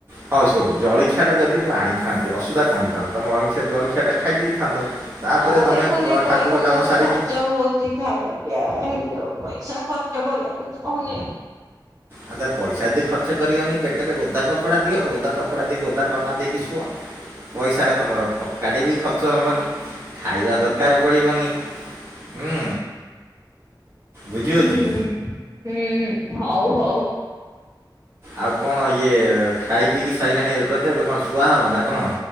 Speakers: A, on the right; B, on the right.
A: ହଁ ସବୁ ଜଳଖିଆ ଟା ଯଦି ମୁଁ ଆଣିଥାନ୍ତି ଅସୁବିଧା କଣ ହେଇଥାନ୍ତା ତମ <unintelligible> ଜଳଖି ସେଟା ଖାଇ ଦେଇଥାନ୍ତ ତାପରେ
B: ହଁ
A: ତମେ
B: ଦେଖୁଛି ପଇସା
A: ଠାକୁର କାମ
B: ବହୁତ
A: ସାରିକି
B: ଖର୍ଚ୍ଚ ହଉଛି ଖାଇବା ପିଇବା ହେଇ ଯାଉ ପଇସା ଖର୍ଚ୍ଚ କରିବାକୁ ଚାହୁଁନି ଆଉ।
A: ଆଉ ପଇସା ଯଦି ଖର୍ଚ୍ଚ କରିବନି ପେଟରେ ଓଦା କପଡ଼ା ଦିଅ ଓଦା କପଡ଼ା। କପଡ଼ା ଦେଇକି ଓଭ କନା ଦେଇକି ଶୁଅ। ପଇସା ତମର ଟଙ୍କାଟେ ବି ଖର୍ଚ୍ଚ ହବନି ଖାଇବା ତ କାର ପଡ଼ିବନି ହୁଁ ବୁଝିଉଉଚି।
B: ହୁଁ ହୁଁ ହୁଁ ହଉ ହଉ।
A: ଆଉ କଣ ଇଏ ଖାଇ ପିଇକି ସାଇଲାଣି ଏବେ ତେ ଏବେ କଣ ଶୁଆ ହବ ନା କଣ?